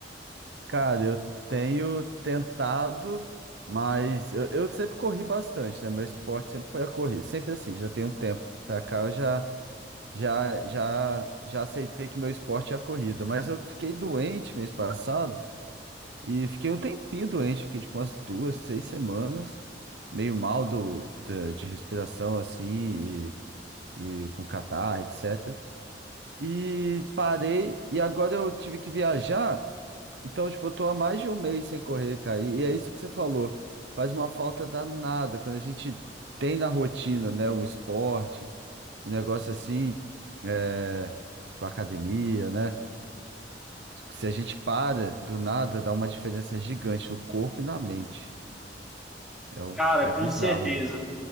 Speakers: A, on the right; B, in the centre.
A: Cara, eu tenho tentado, mas eu, eu sempre corri bastante, né? Meu esporte sempre foi a corrida, sempre assim, já tem um tempo pra cá eu já, já, já, já aceitei que meu esporte é a corrida, mas eu fiquei doente mês passado e fiquei um tempinho doente, fiquei tipo umas duas, seis semanas, meio mal do, da- de respiração assim e, e com catarro, etc. E parei, e agora eu tive que viajar, então, tipo, eu tô há mais de um mês sem correr, cara. E é isso que você falou. Faz uma falta danada quando a gente tem na rotina, né? O esporte, um negócio assim, é, tipo, academia, né? Se a gente para do nada, dá uma diferença gigante no corpo e na mente. É, o-
B: Cara,
A: é
B: com
A: bizarro,
B: certeza.
A: né?